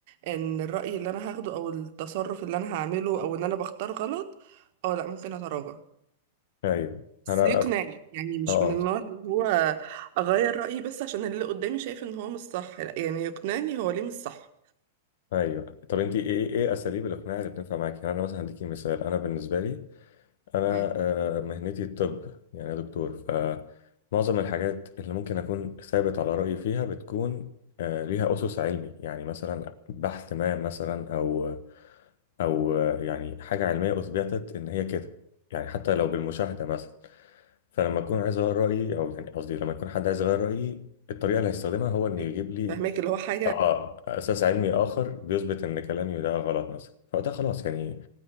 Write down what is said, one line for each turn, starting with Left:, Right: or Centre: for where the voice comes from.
Right: ان الرأي اللي انا هاخده او التصرف اللي انا هعمله او ان انا بختار غلط اه لا ممكن اتراجع
Left: ايوه
Right: بس
Left: انا
Right: يقنعني
Left: أف...
Right: يعني مش
Left: اه
Right: من النوع اللي هو اغير رأيي بس عشان اللي قدامي شايف ان هو مش صح لا يعني يقنعني هو ليه مش صح
Left: ايوه طب انت ايه ايه اساليب الاقناع اللي بتنفع معاكي يعني انا مثلا هديكي مثال انا بالنسبه لي انا
Right: مم.
Left: آه، مهنتي الطب يعني أنا دكتور فمعظم الحاجات اللي ممكن اكون ثابت على رايي فيها بتكون آه، ليها اسس علمي يعني مثلا بحث ما مثلا او او آه، يعني حاجه علميه اثبتت ان هي كده يعني حتى لو بالمشاهده مثلا فلما اكون عايز اغير رايي او يعني قصدي لما يكون حد عايز يغير رايي الطريقه اللي هيستخدمها هو انه
Right: ايوه
Left: يجيب لي
Right: فهماك اللي هو حاجة
Left: اه اساس علمي اخر بيثبت ان كلامي ده غلط مثلا فوقتها خلاص يعني